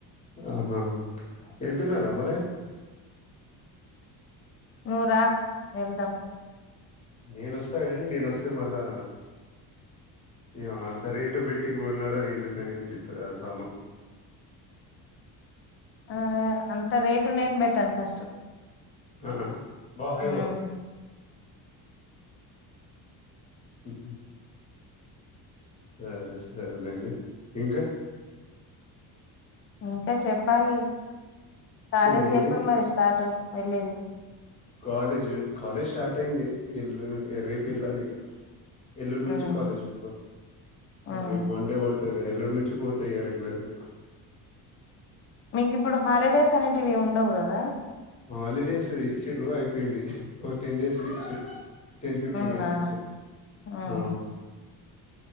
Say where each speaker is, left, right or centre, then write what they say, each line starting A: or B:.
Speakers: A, on the left; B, on the left.
A: ఆహా ఎళ్తున్నార మరె
B: నువ్ రా వెళ్దాం
A: నేనొస్తా గాని నేనొస్తే మళ్ళా ఎమ అంత రేటు పెట్టి కొనడం ఎందుకని అనిపిస్తుంది ఆ సామాన్
B: ఆ అంత రేటు నేను పెట్టను ఫస్ట్
A: అహ బ హై
B: ఉమ్.
A: వొ ఉహు సరే సరేనండి ఇంక
B: ఇంకా చెప్పాలి కాలేజీకి
A: మీరే
B: ఎప్పుడు మరి స్టార్ట్ వెళ్ళేది
A: కాలేజ్ కాలేజ్ స్టార్ట్ అయింది ఎల్లు రేపు ఎల్ళాలిగ ఎల్లుండి నుంచి
B: ఉమ్,
A: కాలేజ్ పో
B: ఉమ్.
A: రేపు వండే పడు తిగ ఎల్లుండి నుంచి పోతా ఇగ రెగ్యులర్గా
B: మీకు ఇప్పుడు హాలిడేస్ అనేటివి ఏమి ఉండవు కదా
A: హాలిడేస్ ఇచ్చిర్రు అయిపోయినయ్ ఒక టెన్ డేస్ ఇచ్చిర్రు టెన్ ఫిఫ్టీన్
B: ఉన్నా
A: డేస్ ఇచ్చి
B: ఉమ్.
A: ఆ